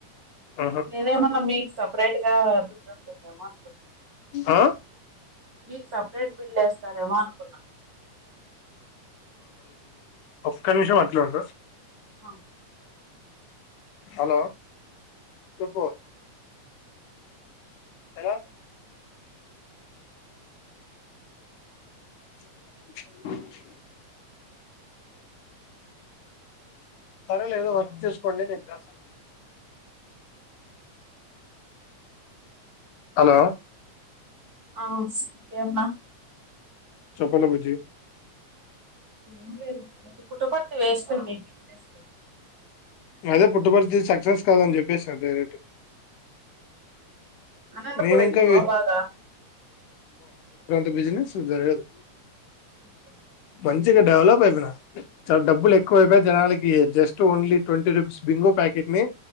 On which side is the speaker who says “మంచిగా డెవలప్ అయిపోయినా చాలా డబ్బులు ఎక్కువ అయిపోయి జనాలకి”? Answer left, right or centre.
Left